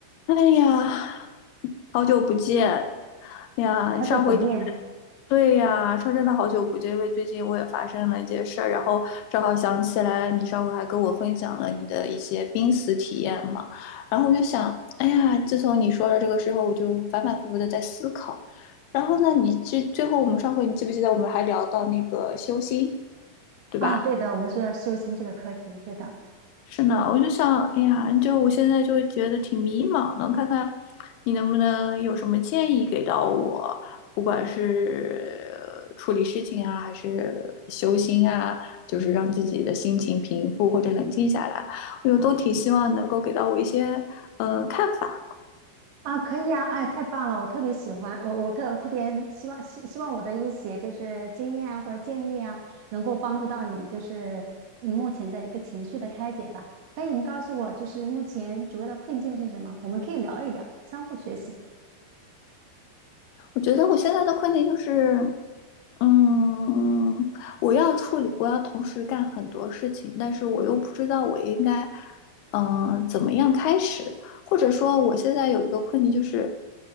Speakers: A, on the left; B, on the right.
A: 哎呀，好久不见哎呀！
B: 好久不见
A: 上回听对呀，说真的好久不见，因为最近我也发生了一件事儿，然后正好想起来，你上回还跟我分享了你的一些濒死体验嘛，然后我就想，哎呀，自从你说了这个之后，我就反反复复的在思考。然后呢，你最最后我们上回你记不记得我们还聊到那个修心，对吧？
B: 啊！对的，我们说修心这个课题，对的
A: 是呢，我就想，哎呀，就我现在就觉得挺迷茫的，看看你能不能有什么建议给到我，不管是呃处理事情啊，还是修心啊，就是让自己的心情平复或者冷静下来，我都挺希望能够给到我一些呃看法。
B: 啊，可以啊，哎，太棒了，我特别喜欢，我我特我特别希望希希望我的一些就是经验啊或者建议啊，能够帮助到你，就是你目前的一个情绪的开解吧。可以，你告诉我，就是目前主要的困境是什么？我们可以聊一聊，相互学习。
A: 我觉得我现在的困境就是，嗯，我要处理，我要同时干很多事情，但是我又不知道我应该，嗯、怎么样开始，或者说我现在有一个困境就是，